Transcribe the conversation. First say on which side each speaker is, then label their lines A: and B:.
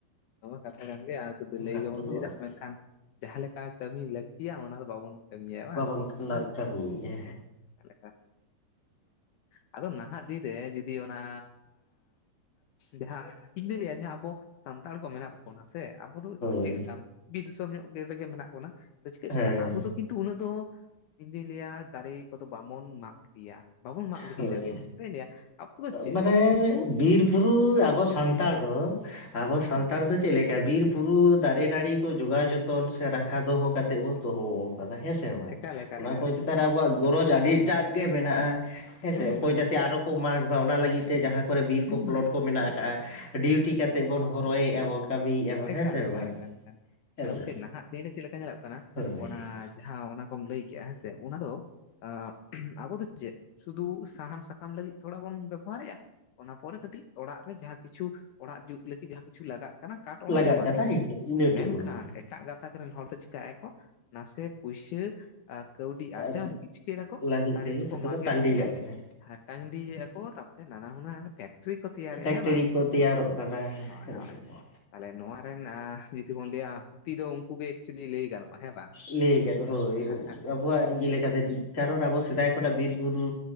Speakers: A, on the left; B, on the left.
A: ᱱᱚᱣᱟ ᱢᱟ ᱠᱟᱛᱷᱟ ᱠᱟᱱ ᱜᱮ ᱟᱨ ᱥᱩᱫᱷᱩ
B: ᱚᱱᱠᱟ
A: ᱞᱟᱹᱭ ᱜᱮᱵᱩᱱ
B: ᱢᱚᱛᱚ ᱫᱚ
A: ᱞᱟᱹᱭ
B: ᱵᱟᱵᱚᱱ
A: ᱫᱟ ᱢᱮᱱᱠᱷᱟᱱ ᱡᱟᱦᱟᱸ ᱞᱮᱠᱟ ᱠᱟᱹᱢᱤ ᱞᱟᱹᱠᱛᱤᱭᱟ ᱚᱱᱟ ᱫᱚ ᱵᱟᱵᱚᱱ ᱠᱟᱹᱢᱤᱭᱟ ᱵᱟᱝ
B: ᱵᱟᱵᱚᱱ ᱠᱟᱹᱢᱤᱭᱮᱫᱼᱟ
A: ᱞᱮᱠᱟ <unintelligible> ᱟᱫᱚ ᱱᱟᱦᱟᱜ ᱫᱤᱱ ᱨᱮ ᱡᱩᱫᱤ ᱚᱱᱟ ᱡᱟᱦᱟᱸ ᱤᱧ ᱫᱩᱧ ᱞᱟᱹᱭᱼᱟ ᱡᱟᱦᱟᱸ ᱟᱵᱚ ᱥᱟᱱᱛᱟᱲ ᱠᱚ ᱢᱮᱱᱟᱜ ᱵᱚᱱᱟ ᱥᱮ ᱟᱵᱚ ᱫᱚ
B: ᱦᱳᱭ
A: ᱪᱮᱫ ᱞᱮᱠᱟ ᱵᱤᱨ ᱫᱤᱥᱚᱢ ᱧᱚᱜ ᱨᱮᱜᱮ ᱢᱮᱱᱟᱜ ᱵᱚᱱᱟ ᱛᱚ ᱪᱤᱠᱟᱹᱜ
B: ᱦᱮᱸ
A: ᱠᱟᱱᱟ ᱟᱵᱚ ᱫᱚ ᱠᱤᱱᱛᱩ ᱩᱱᱟᱹᱜ ᱫᱚ ᱤᱧ ᱫᱩᱧ ᱞᱟᱹᱭᱟ ᱫᱟᱨᱮ ᱠᱚᱫᱚ ᱵᱟᱵᱚᱱ ᱢᱟᱜ ᱜᱤᱰᱤᱭᱟ ᱵᱟᱵᱚᱱ ᱢᱟᱜ ᱜᱤᱰᱤᱭᱫᱟ
B: ᱦᱳᱭ
A: ᱠᱤᱱᱛᱩ ᱪᱮᱫ ᱤᱧ ᱞᱟᱹᱭ ᱟᱵᱚ ᱫᱚ ᱪᱮᱫ
B: ᱢᱟᱱᱮ
A: ᱥᱩᱫᱩ
B: ᱵᱤᱨ ᱵᱩᱨᱩ ᱟᱵᱚ ᱥᱟᱱᱛᱟᱲ ᱫᱚ ᱟᱵᱚ
A: ᱦᱩᱸ
B: ᱥᱟᱱᱛᱟᱲ ᱫᱚ ᱪᱮᱫ ᱞᱮᱠᱟ ᱵᱤᱨ ᱵᱩᱨᱩ ᱫᱟᱨᱮ ᱱᱟᱹᱲᱤ ᱠᱩ ᱡᱚᱜᱟᱣ ᱡᱚᱛᱚᱱ ᱥᱮ ᱨᱟᱠᱷᱟ ᱫᱚᱦᱚ ᱠᱟᱛᱮᱜ ᱵᱩᱱ ᱫᱚᱦᱚ ᱦᱮᱸ ᱥᱮ ᱵᱟᱝ
A: ᱮᱠᱟᱞ ᱮᱠᱟᱞ
B: ᱚᱱᱟ
A: ᱮᱠᱟᱞ
B: ᱠᱚ ᱪᱮᱛᱟᱱ ᱨᱮ ᱟᱵᱩᱣᱟᱜ ᱜᱚᱨᱚᱡᱽ ᱟᱹᱰᱤᱴᱟᱜ ᱜᱮ ᱢᱮᱱᱟᱜ-ᱟ᱾ ᱦᱮᱸ
A: ᱦᱩᱸ
B: ᱥᱮ ᱚᱠᱚᱭ
A: ᱦᱩᱸ
B: ᱡᱟᱛᱮ ᱟᱨᱚ ᱠᱚ ᱢᱟᱜᱽ ᱢᱟ ᱚᱱᱟ ᱞᱟᱹᱜᱤᱫ ᱛᱮ ᱡᱟᱦᱟᱸ ᱠᱚᱨᱮ ᱵᱤᱨ
A: ᱦᱩᱸ
B: ᱠᱚ ᱯᱚᱞᱚᱴ
A: ᱦᱩᱸ ᱦᱩᱸ
B: ᱠᱚ ᱢᱮᱱᱟᱜ ᱟᱠᱟᱜ-ᱟ᱾ ᱰᱤᱣᱴᱤ ᱠᱟᱛᱮᱜ ᱵᱚᱱ ᱦᱚᱨᱚᱭᱮᱜ-ᱟ ᱵᱚᱱ᱾ ᱠᱟᱹᱢᱤᱭᱮᱫᱼᱟ ᱵᱚᱱ
A: ᱮᱠᱟᱞ
B: ᱦᱮᱸ ᱥᱮ
A: ᱮᱠᱟᱞ
B: ᱵᱟᱝ
A: ᱮᱠᱟᱞ ᱮᱠᱟᱞ
B: ᱦᱮᱸ
A: ᱟᱫᱚ ᱜᱚᱢᱠᱮ
B: ᱥᱮ
A: ᱱᱟᱦᱟᱜ ᱫᱤᱱᱨᱮ ᱪᱤᱫ ᱞᱮᱠᱟ ᱧᱮᱞᱚᱜ ᱠᱟᱱᱟ
B: ᱦᱳᱭ
A: ᱚᱱᱟ ᱡᱟᱦᱟᱸ ᱚᱱᱟ ᱠᱚᱢ ᱞᱟᱹᱭ ᱠᱮᱜ-ᱟ ᱦᱮᱸᱥᱮ ᱚᱱᱟ ᱫᱚ ᱟᱸ ᱟᱵᱚ ᱫᱚ ᱪᱮᱫ? ᱥᱩᱫᱷᱩ ᱥᱟᱦᱟᱱ ᱥᱟᱠᱟᱢ ᱞᱟᱹᱜᱤᱫ ᱛᱷᱚᱲᱟ ᱵᱚᱱ ᱵᱮᱵᱚᱦᱟᱨᱮᱜ-ᱟ? ᱚᱱᱟ ᱯᱚᱨᱮ ᱠᱟᱹᱴᱤᱡ ᱚᱲᱟᱜ ᱨᱮ ᱡᱟᱦᱟᱸ ᱠᱤᱪᱷᱩ, ᱚᱲᱟᱜ ᱡᱩᱛ ᱞᱟᱹᱜᱤᱫ ᱡᱟᱦᱟᱸ ᱠᱤᱪᱷᱩ ᱞᱟᱜᱟᱜ ᱠᱟᱱᱟ᱾ ᱠᱟᱴ ᱚᱱᱟ
B: ᱞᱟᱜᱟᱜ
A: ᱵᱚᱱ ᱢᱟᱜ
B: ᱠᱟᱱᱟ
A: ᱮᱜ-ᱟ᱾
B: ᱤᱱᱟᱹ
A: ᱢᱮᱱᱠᱷᱟᱱ
B: ᱴᱩᱠᱩ ᱜᱮ
A: ᱮᱴᱟᱜ ᱜᱟᱛᱟᱠ ᱨᱮᱱ ᱦᱚᱲ ᱫᱚ ᱪᱤᱠᱟᱭᱮᱜ-ᱟ ᱠᱚ ᱱᱟᱥᱮ ᱯᱩᱭᱥᱟᱹ ᱠᱟᱹᱣᱰᱤ ᱟᱨᱡᱟᱣ
B: ᱟᱨ
A: ᱞᱟᱹᱜᱤᱫ ᱪᱤᱠᱟᱹᱭ ᱫᱟᱠᱚ
B: ᱞᱟᱹᱜᱤᱫ
A: ᱫᱟᱨᱮ
B: ᱛᱮᱜᱮ
A: ᱠᱚᱠᱚ
B: ᱡᱚᱛᱚ
A: ᱢᱟᱜᱮᱫ
B: ᱠᱚ ᱴᱟᱺᱰᱤ
A: ᱛᱮ
B: ᱠᱟᱜ ᱠᱟᱱᱟ
A: ᱦᱟᱴᱟᱝ ᱤᱫᱤᱭᱮᱜ-ᱟ ᱠᱩ ᱛᱟᱯᱚᱨᱮ ᱱᱟᱱᱟ ᱦᱩᱱᱟᱹᱨ ᱯᱷᱮᱠᱴᱨᱤ ᱠᱚ ᱛᱮᱭᱟᱨᱮᱜ-ᱟ
B: ᱯᱷᱮᱠᱴᱨᱤ
A: ᱦᱮᱸ ᱵᱟᱝ?
B: ᱠᱚ ᱛᱮᱭᱟᱨᱚᱜ ᱠᱟᱰᱟᱭ ᱦᱮᱸ
A: ᱦᱳᱭ
B: ᱦᱮᱡ
A: ᱦᱳᱭ
B: ᱥᱮᱫ ᱦᱚᱸ
A: ᱛᱟᱦᱚᱞᱮ ᱱᱚᱣᱟ ᱨᱮᱱ <unintelligible> ᱵᱚᱱ ᱞᱟᱹᱭᱟ ᱦᱩᱛᱤ ᱫᱚ ᱩᱱᱠᱩ ᱜᱮ ᱪᱤᱞᱤ ᱞᱟᱹᱭ ᱜᱟᱱᱚᱜ-ᱟ᱾ ᱦᱮᱸ ᱵᱟᱝ
B: ᱞᱟᱹᱭ ᱠᱟᱫᱟ ᱦᱳᱭ
A: ᱦᱟᱸ ᱦᱟᱸ
B: ᱟᱵᱚᱣᱟᱜ ᱤᱭᱟᱹ ᱞᱮᱠᱟᱛᱮ ᱠᱟᱨᱚᱱ ᱟᱵᱚ ᱥᱮᱫᱟᱭ ᱠᱷᱚᱱᱟᱜ ᱵᱤᱨ ᱵᱩᱨᱩ